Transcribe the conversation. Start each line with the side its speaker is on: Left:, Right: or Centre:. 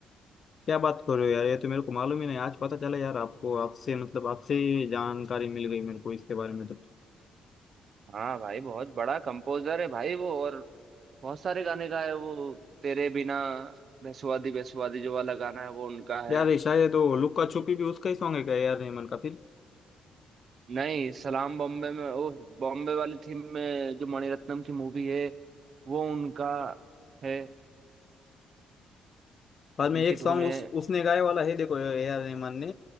Left: क्या बात कर रहे हो यार ये तो मेरे को मालूम ही नहीं आज पता चला यार आपको आपसे मतलब आपसे ही जानकारी मिल गई मेरे को इसके बारे में तो
Right: हाँ भाई बहुत बड़ा कंपोजर है भाई वो और बहुत सारे गाने गाए वो तेरे बिना बेसुवादी बेसुवादी जो वाला गाना है वो उनका
Left: यार
Right: है
Left: ये शायद वो लुक्का छुपी भी उसका ही सॉन्ग है क्या ए आर रहमान का फिर
Right: नहीं सलाम बॉम्बे में वो बॉम्बे वाली थीम में जो मणिरत्नम की मूवी है वो उनका है
Left: बाद में
Right: उनकी
Left: एक
Right: धुन
Left: सॉन्ग
Right: है
Left: उस उसने गाए वाला है देखो ए आर रहमान ने